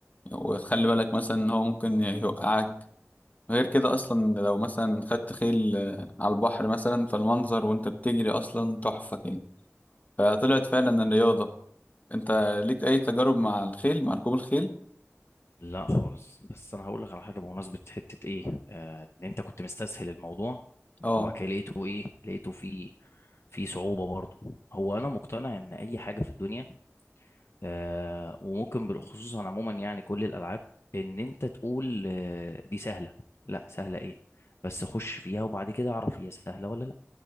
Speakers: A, on the left; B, on the left.
A: وتخلي بالك مثلا ان هو ممكن يوقعك غير كده اصلا لو مثلا خدت خيل آه، على البحر مثلا فالمنظر وانت بتجري اصلا تحفه كده فطلعت فعلا الرياضه انت ليك اي تجارب مع الخيل مع ركوب الخيل
B: لا خالص بس انا هقول لك على حاجه بمناسبه حته ايه آه ان انت كنت مستسهل الموضوع
A: اه
B: وبعد كده لقيته ايه لقيته في في صعوبه برضه هو انا مقتنع ان اي حاجه في الدنيا آه، وممكن بالخصوص عن عموما يعني كل الالعاب ان انت تقول آه، دي سهله لا سهله ايه بس خش فيها وبعد كده اعرف هي سهله ولا لا